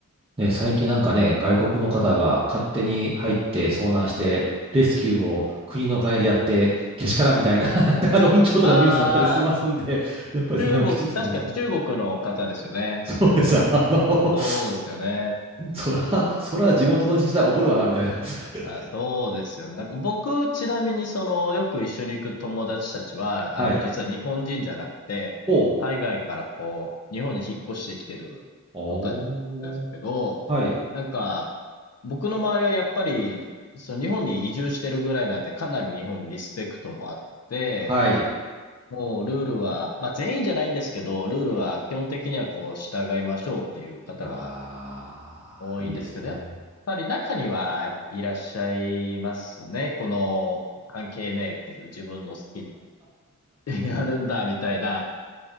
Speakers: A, on the right (about 15°); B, on the left (about 50°).
A: ね、最近なんかね、外国の方が勝手に入って遭難して、レスキューを国のお金でやって、けしからんみたいな <laughs> 論調とかニュースあったりしますんで、
B: あー、
A: やっぱりその辺はきちんとするんですね。
B: 中国、確か中国の方ですよね。
A: そうです。あの
B: そうですよね。
A: そら、
B: そう、
A: そら地元の自治体怒るわな、みたいな。<laughs>
B: あ、そうですよ。なんか僕、ちなみにその、よく一緒に行く友達たちは、
A: はい。
B: あの、実は日本人じゃなくて、
A: ほう。
B: 海外からこう、日本に引っ越してきてる人たちなんですけど、
A: おー。はい。
B: なんか、僕の周りはやっぱり、その日本に移住してるぐらいなんで、かなり日本にリスペクトもあって、
A: はい。
B: もうルールは、まあ全員じゃないんですけど、ルールは基本的にはこう、
A: うん。
B: 従いましょうっていう方が、
A: ああ、
B: 多いんですけど、
A: いいですね。
B: やっぱり中には、やっぱいらっしゃいますね。この、関係ねえっていう自分の好きに <laughs> やるんだ、みたいな。